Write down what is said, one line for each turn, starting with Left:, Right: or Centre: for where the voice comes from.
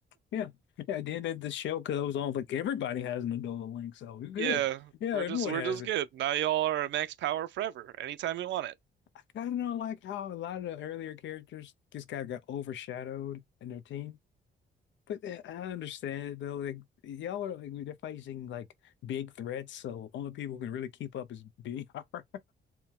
Left: Yeah. Yeah. Then the, the shell goes on like everybody has an Ebola link, so we're good.
Right: Yeah,
Left: Yeah,
Right: we're
Left: everyone
Right: just we're
Left: has
Right: just
Left: it.
Right: good. Now y'all are at max power forever, anytime you want it.
Left: I kind of don't like how a lot of the earlier characters just kind of got overshadowed in their team. But eh, I understand though, like y'all are like they're facing like big threats, so only people who can really keep up is <laughs> BR